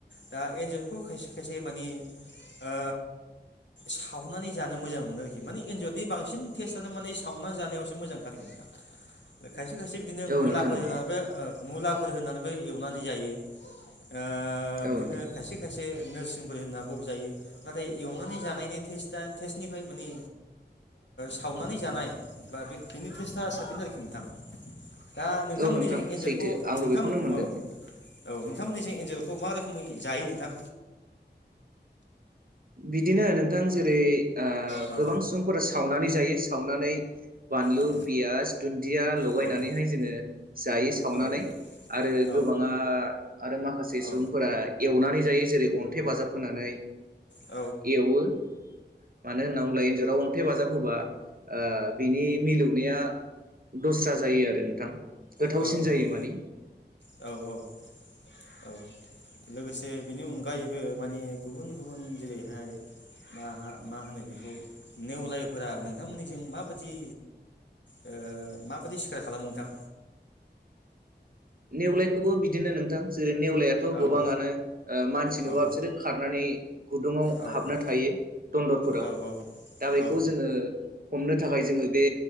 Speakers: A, on the left (about 80°); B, on the right (about 50°).
A: दा एन्जरखौ खयसे खायसे माने ओ सावनानै जानो मोजां मोनो आरोखि माने ओ एन्जरनि बांसिन टेस्टआनो माने सावनानै जानायावसो मोजांखाआरोखि नोंथां। खायसे खायसे बिदिनो
B: औ
A: मुलाफोर
B: नोंथां औ
A: होनानैबो ओ मुला। फोर होनानैबो एवनानै जायो। ओ
B: औ
A: बिदिनो
B: नोंथां
A: खायसे खायसे। नोरसिंफोर होनना बजायो नाथाय एवनानै जानायनि टेस्टआ टेस्टनिफ्राय माने सावनानै जानाय बा बे-बेनि टेस्ट। <unintelligible> साफिन आरोखि नोंथां। दा नोंथांमोननि
B: औ नोंथां
A: जों एन्जोलखौ
B: सैथो आंबो
A: नोंथां
B: बेखौनो मोनदों
A: औ। औ नोंथांमोननिसै एन्जर खौ मा रोखोमै जायो नोंथां।
B: बिदिनो नोंथां जेरै- ओ
A: औ
B: गोबां सुबुंफोरा सावनानै जायो। सावनानै बानलु
A: औ
B: पियास दुन्दिया लगायनानैहाय
A: औ
B: जोङो जायो सावनानै
A: औ
B: आरो
A: औ
B: गोबाङा आरो माखासे सुबुंफोरा
A: औ
B: एवनानै जायो जेरै- अन्थाइ बाजाब होनानै
A: औ
B: एवो मानो होनना बुंब्ला एन्ज राव अन्थाइ बाजाब होबा ओ बिनि मिलौनाया दस्रा जायो आरो नोंथां। गोथावसिन
A: औ औ
B: जायो माने
A: औ औ औ लोगोसे से बिनि अनगायैबो माने गुबुन गुबुन जेरैहाय मा मा होनो बेखौ नेवलायफोरा नोंथांमोननिजों माबादि ओ माबादि सिखार खालामो नोंथां?
B: नेवलायखौबो बिदिनो नों थां जेरै नेवलायाथ'
A: औ
B: गोबाङानो ओ मानसि नुबा
A: औ
B: बिसोरो खारनानै गुदुङाव
A: औ
B: हाबना थायो दन्दरफोराव।
A: औ
B: दा बेखौ
A: औ
B: जोङो हमनो थाखाय जोङो बे